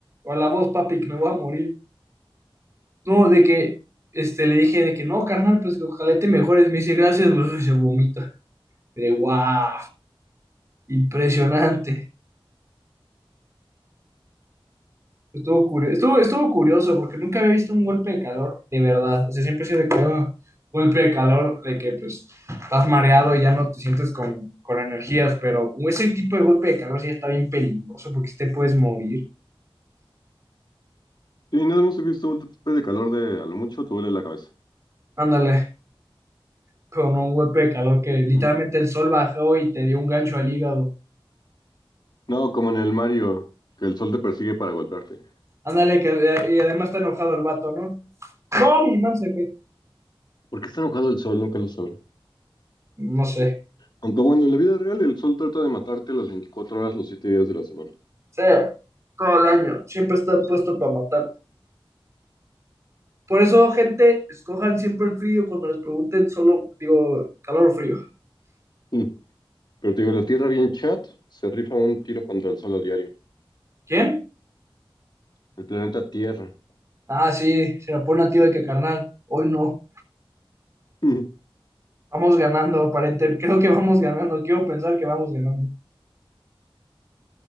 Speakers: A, on the right (about 30°); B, on the left (about 50°).
A: O a la voz, papi, que me voy a morir. No, de que este, le dije de que no, carnal, pues que ojalá te mejores. Me dice gracias, bro, <laughs> y se vomita. De guau, impresionante. Estuvo curioso, estuvo, estuvo curioso porque nunca había visto un golpe de calor de verdad. O sea, siempre he sido de que, "Ah, golpe de calor, de que pues estás mareado y ya no te sientes con, con energías, pero ese tipo de golpe de calor sí está bien peligroso porque sí te puedes morir.
B: Sí, nada más he visto un golpe de calor de a lo mucho te duele la cabeza.
A: Ándale, con un golpe de calor que literalmente
B: Mm.
A: el sol bajó y te dio un gancho al hígado.
B: No, como en el Mario, que el sol te persigue para golpearte.
A: Ándale, que eh, y además está enojado el vato, ¿no? No, mi man se fue.
B: ¿Por qué está enojado el sol? Nunca lo sabré.
A: No sé.
B: Aunque bueno, en la vida real el sol trata de matarte las 24 horas, los siete días de la semana.
A: Sí, todo el año. Siempre está puesto para matar. Por eso, gente, escojan siempre el frío cuando les pregunten, solo digo calor o frío.
B: Mm. Pero te digo, la Tierra bien chat se rifa un tiro contra el sol a diario.
A: ¿Quién?
B: El planeta Tierra.
A: Ah, sí, se la pone a tío de que carnal. Hoy no.
B: Ujú,
A: Vamos ganando, aparente. <laughs> Creo que vamos ganando. Quiero pensar que vamos ganando.